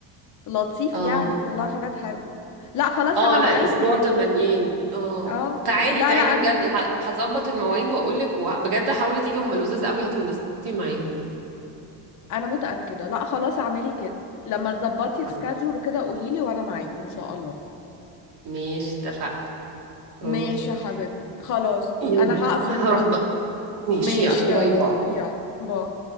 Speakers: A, on the left (about 40°); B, on the right (about 55°).
A: لطيف
B: اه
A: يعني كلها حاجات حلوة لا خلاص
B: اه
A: أنا
B: لا
A: معاكي
B: الاسبوع ده مليان اه
A: اه
B: تعالي
A: لا
B: تعالي
A: لا أنا
B: بجد ه- هظبط المواعيد واقول لك بجد حاولي تيجي هم لذاذ قوي هتنبسطي معاهم
A: أنا متأكدة لا خلاص اعملي كده لما تظبطي
B: طيب
A: السكادجول وكده قوليلي وأنا معاكي إن شاء الله
B: ماشي اتفقنا
A: ماشي
B: اوكي
A: يا حبيبتي خلاص
B: يلا
A: أنا هقفل
B: هروح
A: بقى
B: بقى ماشي
A: ماشي
B: يلا
A: يا
B: باي
A: روحي
B: باي
A: يلا باي